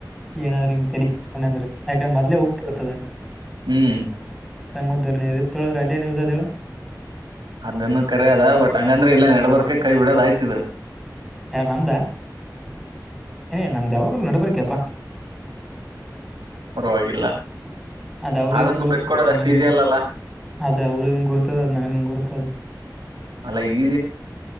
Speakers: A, in the centre; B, on the right (about 80°).
A: ಏನಾದ್ರೆ ಹಿಂಗ ತೆಲಕ್ಸ್ಕೊಂಡ ಅಂದ್ರ ಯಾಕಂದ್ರೆ ಮೊದ್ಲೇ ಉಪ್ಪು ಬರ್ತದೆ
B: ಹ್ಮ್
A: ಸಾಮದರ್ ನೀ ಇ ತೊಳಿದ್ರ ಅಲ್ಲಿಯ ವುಸ್ ಅದಳ
B: ಅದನ್ನು ಕರದ ಬಟ್ ಹಂಗಂದ್ರೆ ಇಲ್ಲ ನೆಡ ಬರ್ಕೆ ಕೈ ಬಿಡೋದ ಆಯ್ತಿದ್
A: ಯ ನಾಮದಾ ಏ ನಾಮದ ಯಾವಾಗಾಗಲ್ಲ ನವರಿಿಕೆಪ್ಪ
B: ಪರವಾಗಿಲ್ಲ
A: ಅದ ಅವರುಗನು
B: ಆದ್ರೂ
A: ಗುರುನ
B: ಬಿಟ್ಕೊಡೋದು ಅಷ್ಟು ಈಸಿ ಅಲ್ಲಲ್ಲ
A: ಅದೇ ಅವ್ರಿಗೆಂ ಗುರುತದ ನನಗ್ ನಂ ಗುರುತದ
B: ಅಲ್ಲ ಈ